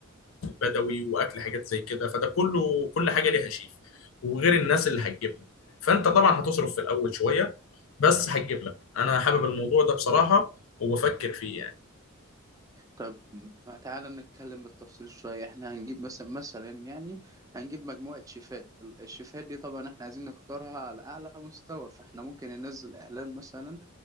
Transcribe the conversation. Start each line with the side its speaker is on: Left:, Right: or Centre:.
Left: بدوي واكل حاجات زي كده فده كله كل حاجه ليها شيف وغير الناس اللي هتجيبها فانت طبعا هتصرف في الاول شويه بس هتجيب لك انا حابب الموضوع ده بصراحه وبفكر فيه يعني
Right: طب ما تعالى نتكلم بالتفصيل شوية احنا هنجيب مثلا مثلا يعني هنجيب مجموعة شيفات ال- الشيفات دي طبعا احنا عايزين نختارها على أعلى مستوى فاحنا ممكن ننزل إعلان مثلا